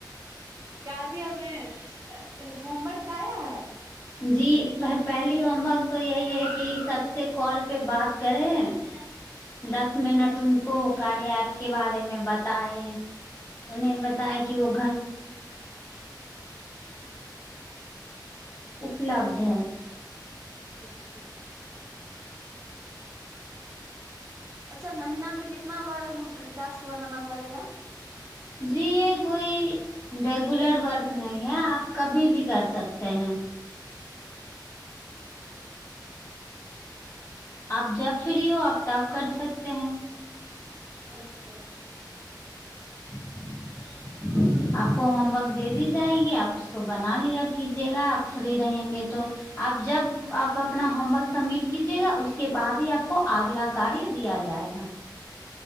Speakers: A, on the right (about 30°); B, on the left (about 40°).
A: कार्यमे <unintelligible>
B: जी पही होमवर्क त यही है कि सबसँ कॉल पे बात करे <unintelligible>
A: अच्छा
B: के बारेमे बताए ओने
A: हम्म
B: बताा कि वो <unintelligible> उपलब्ध है
A: अच्छा <unintelligible>
B: <unintelligible>
A: <unintelligible>
B: <unintelligible>
A: अच्छा
B: <unintelligible>